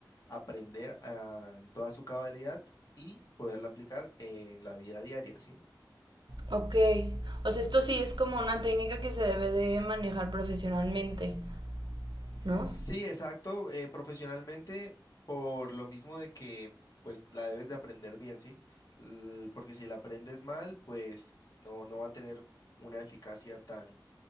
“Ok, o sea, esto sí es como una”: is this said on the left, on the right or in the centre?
Right